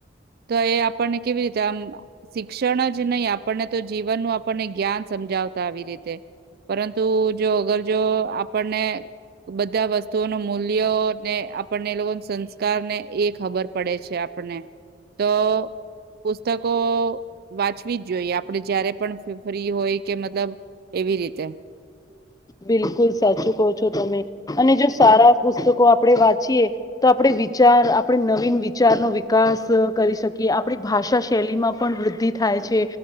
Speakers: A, on the right; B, on the left.
A: તો એ આપણને કેવી રીતે આમ શિક્ષણ જ નહી આપણને તો જીવનનું આપણને જ્ઞાન સમજાવ આવી રીતે, પરંતુ જો અગર જો આપણને બધા વસ્તુઓ ન મૂલ્ય ને આપણને એ લોકો સંસ્કાર ને એક ખબર પડે છે આપને, તો પુસ્તકો વાંચવી જ જોઈએ આપડે જયારે પણ ફ્રી હોય કે મતલબ એવી રીતે.
B: બિલકુલ સાચું કહો છો તમે, અને જો સારા પુસ્તકો આપણેે વાંચીએ, તો આપડ વિચાર આપણે નવીન વિચારનો વિકાસ કરી શકીએ આપણી ભાષા શૈલી માં પણ વૃદ્ધિ થાય છે,